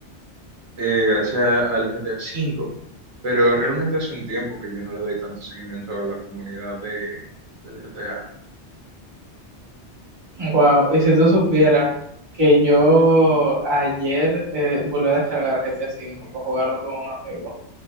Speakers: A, on the right; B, on the right.
A: eh, gracias al GTA cinco Pero realmente hace un tiempo que yo no le doy tanto seguimiento a la comunidad de, del GTA.
B: Wow, y si tú supieras que yo ayer eh, volví a descargar GTA V para jugarlo con un amigo